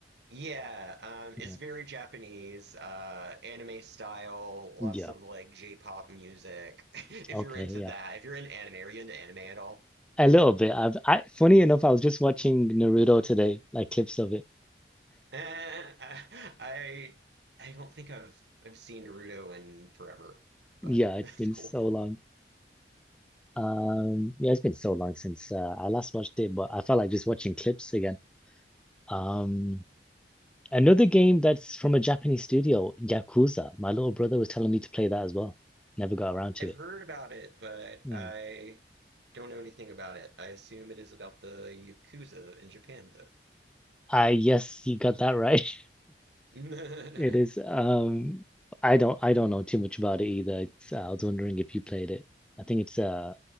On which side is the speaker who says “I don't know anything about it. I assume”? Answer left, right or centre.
Right